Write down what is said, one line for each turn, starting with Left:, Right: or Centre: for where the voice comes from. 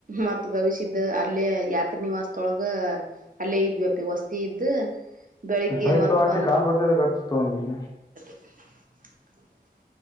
Right: ಮತ್ ಗವಿಸಿದ್ದ ಅಲ್ಲೇ ಯ ಹತ್ರ ನಿವಾಸದೊಳಗ ಅಲ್ಲೇ ಇದ್ವೆಪಿ ವಸ್ತಿ ಇದ್ದ ಬೆಳಿಗ್ಗೆ
Left: ಸಹತ
Right: ಮತ್
Left: ಆಂಟಿ
Right: ಬಂದ್
Left: ಕಾಲು ಬರ್ತದ ಖರ್ಚುತ ನಿಮಗೆ
Right: <inaudible>